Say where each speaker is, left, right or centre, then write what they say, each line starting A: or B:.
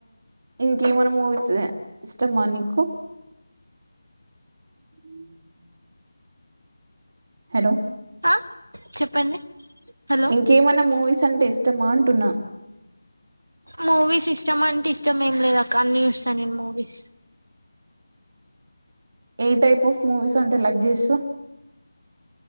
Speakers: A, on the right (about 30°); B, on the right (about 80°).
A: ఇంకేమనా మూవీస్ ఇష్టమా నీకు ఉ హలో
B: ఆ చెప్పండి హలో
A: ఇంకేమన్నా మూవీస్ అంటే ఇష్టమా అంటున్నా
B: మూవీస్ ఇష్టం అంటే ఇష్టం ఏం లేదు అక్క అన్ని చూస్తా నేను మూవీస్
A: ఏ టైప్ ఆఫ్ మూవీస్ అంటే లైక్ చేస్తావ్